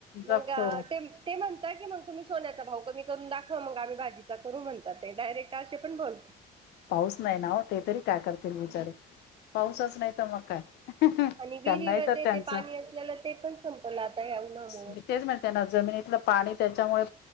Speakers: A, on the left; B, on the right.
A: जगतो
B: मग ते म्हणत की मग तुम्ही सोन्याचा भाव कमी करून दाखव मग आम्ही भाजीचा करू म्हणतात ते डायरेक्ट असे पण बोल
A: पाऊस नाही ना हो ते तरी काय करतील बिचारे पाऊसच नाही तर मग काय?
B: आणि विहिरीवरथे
A: त्यांनाही तर त्यांचं
B: पाणी असलेला ते पण संपलं आता याऊ ना म्हणून
A: मी तेच मा त्यां ना जमिनीतलं पाणी त्याच्यामुळे